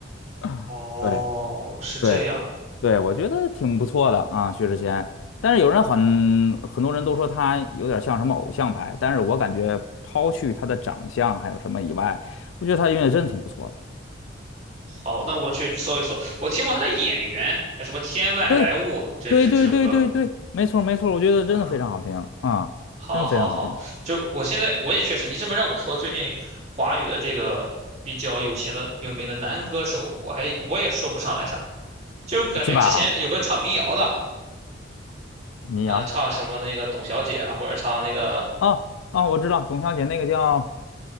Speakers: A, on the left; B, on the right.
A: <laughs>
B: 哦，
A: 对
B: 是这样。
A: 对对，我觉得挺不错的啊，薛之谦。但是有人很很多人都说他有点像什么偶像派，但是我感觉抛去他的长相还有什么以外，我觉得他音乐真的挺不错的。
B: 好，那我去搜一搜。我听过他的演员，还有什么《天外来物》这这这种歌
A: 对，对，对，对，对，对，没错，没错，我觉得真的非常好听啊，
B: 啊。好，
A: 真的非常好听，
B: 好，好。就我现在我也确实，你这么让我说，最近华语的这个比较有型的、有名的男歌手，我还我也说不上来啥。就感觉之前有个唱民谣的，
A: 是吧？民谣，
B: 呃，唱什么那个董小姐啊或者唱那个
A: 哦哦，我知道，董小姐那个叫